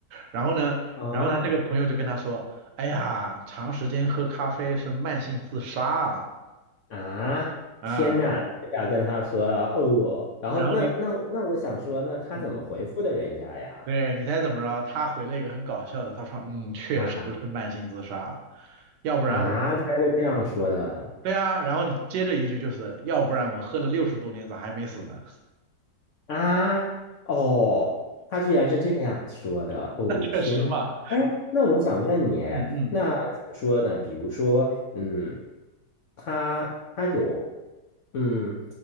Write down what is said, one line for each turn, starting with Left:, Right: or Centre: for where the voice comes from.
Right: 然后呢，
Left: 啊，
Right: 然后他这个朋友就跟他说，哎呀，长时间喝咖啡是慢性自杀
Left: 啊，
Right: 啊，
Left: 天呐，
Right: 啊，
Left: 他这样跟他说啊，哦，然后那那那我想说，
Right: 然后你，
Left: 那他怎么回复的人家呀？
Right: 嗯嗯，对，你猜怎么着？他回了一个很搞笑的，他说，嗯，确实是慢性自杀，
Left: 啊
Right: 要不然我，
Left: 啊，他是这样说的
Right: 对啊，然后接着一句就是，要不然我喝了六十多年咋还没死呢？
Left: 啊，哦，他居然是这样说的，
Right: <laughs>
Left: 哦，
Right: 那确实嘛，
Left: 天呐，哎，那我想问你，
Right: 嗯嗯，
Left: 那怎么说呢？比如说，嗯，他他有，嗯，